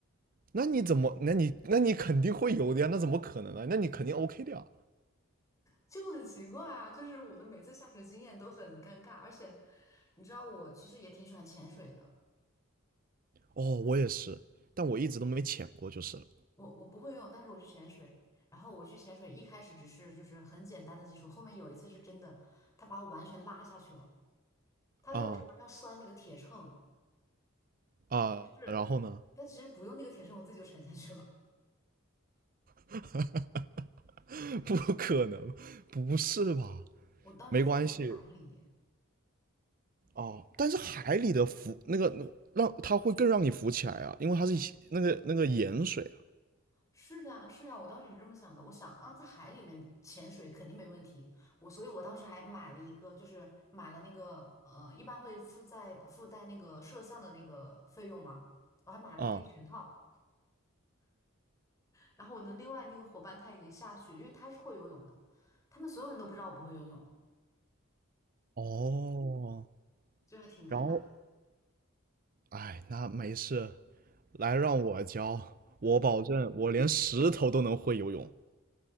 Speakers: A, on the right; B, on the left.
A: 那你怎么？那你那你肯定会有的呀，那怎么可能呢？那你肯定 OK 的呀。
B: 就很奇怪啊，就是我的每次下水经验都很尴尬，而且你知道我其实也挺喜欢潜水的。
A: 哦，我也是，但我一直都没潜过，就是了
B: 我我不会游泳，但是我去潜水。然后我去潜水，一开始只是就是很简单的基础，后面有一次是真的，他把我完全拉下去了，他在我身上要拴那个铁秤，
A: 啊啊，
B: 是，
A: 然后呢？
B: 但其实不用那个铁秤，我自己就沉下去了。
A: <laughs> 不可能，不是吧？
B: 我当时在那个海里，
A: 没关系哦，但是海里的浮那个让它会更让你浮起来啊，因为它是一那个那个盐水
B: 是的啊，是啊，我当时也是这么想的，我想啊，在海里面潜水肯定没问题，我所以我当时还买了一个，就是买了那个呃，一般会附在附带那个摄像的那个费用嘛，我还买了那一全套。
A: 啊。啊
B: 然后我的另外那个伙伴他已经下去，因为他是会游泳的，他们所有人都不知道我不会游泳，
A: 哦，
B: 就还挺尴尬，
A: 然后哎，那没事，来让我教，我保证我连石头都能会游泳。